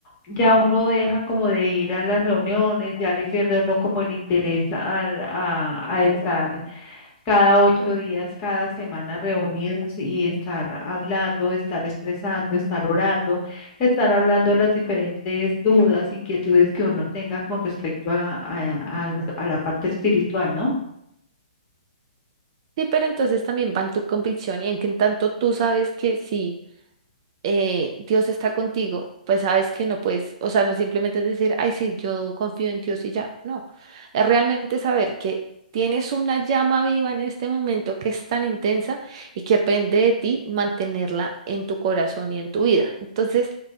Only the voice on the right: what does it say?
Sí, pero entonces también va en tu convicción y en que en tanto tú sabes que sí, eh, Dios está contigo, pues sabes que no puedes, o sea, no simplemente es decir, ay, sí, yo confío en Dios y ya, no, es realmente saber que tienes una llama viva en este momento que es tan intensa y que depende de ti mantenerla en tu corazón y en tu vida. Entonces,